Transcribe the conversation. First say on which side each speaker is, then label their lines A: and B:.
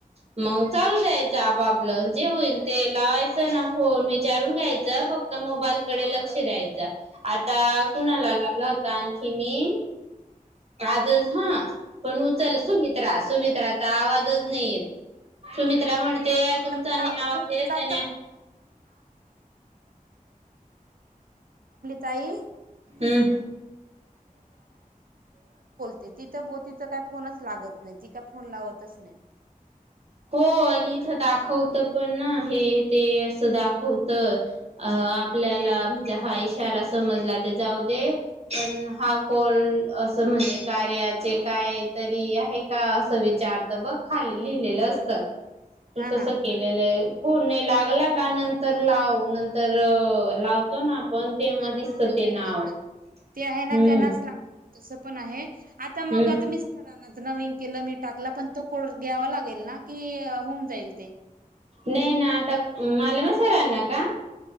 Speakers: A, on the right (about 45°); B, on the right (about 75°).
A: मग चालू द्यायचं आपापलं जे होईल ते, लावायचं ना फोन विचारून घ्यायच फक्त मोबाईलकडे लक्ष द्यायच. आत आता कुणाला लावला होता, आणखी मी आजच हा. पण उचल
B: हा
A: सुमित्रा सुमित्राचा आवाजच नाही येत सुमित्रा म्हणते. तुमचा
B: <unintelligible> कमली
A: नाही आवाज येत आहे ना
B: ताई,
A: हम्म.
B: ते तिथं भो तिच काय फोनच लागत नाही, ती काय फोन लावतच नाही.
A: हो.. आणि इथं दाखवत पण ना, हे ते असं दाखवत अ आपल्याला म्हणजे, हा इशारा समजला ते जाऊ दे पण हा कोल असं म्हणजे कार्याचे काय तरी आहे. का असं विचार त बघ खाली लिहिलेलं असत. <unintelligible> तू
B: हा
A: तस
B: हा
A: केलेलं फोन नाही लागला का नंतर लाव, नंतर लावतो ना पण तेव्हा
B: हा
A: दिसत
B: जिच्याकडे
A: ते नाव
B: हा ते आहे ना
A: हम्म
B: त्यांनाच लागतो तस पण आहे. आता मग
A: हम्म.
B: आता मिस्टरांनाच नवीन केलं मी टाकला पण तो कोड घ्यावा लागेल ना की होऊन जाईल ते
A: नाही ना आता मलम सरांना का?